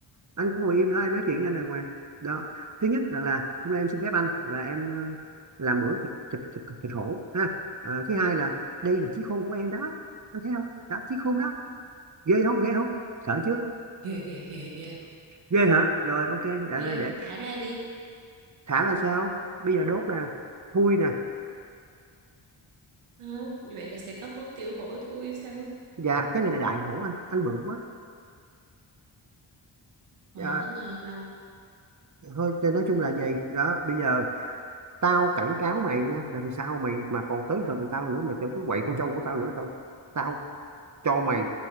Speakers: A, on the right; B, on the right.
A: anh cứ ngồi im đó em nói chuyện với anh đàng hoàng đó thứ nhất là là hôm nay em xin phép anh là em ờ, làm bữa thịt thịt thịt, thịt hổ ha Ờ, thứ hai là đây là chí khôn của em đó anh thấy không đó chí khôn đó ghê không ghê không sợ chưa
B: Ghê, ghê, ghê, ghê,
A: ghê hả rồi ok để,
B: ghê,
A: để
B: thả ra đi.
A: thả ra sao bây giờ đốt nè thui nè
B: Hả? Như vậy là sẽ có món tiểu hổ thui sao?
A: dạ cái này là đại hổ anh anh bự quá
B: Mà
A: dạ,
B: không có ngon đâu.
A: thôi thì nói chung là gì đó bây giờ tao cảnh cáo mày nha lần sau mày mà còn tới gần tao nữa mày tưởng cứ quậy con trâu của tao nữa tao tao cho mày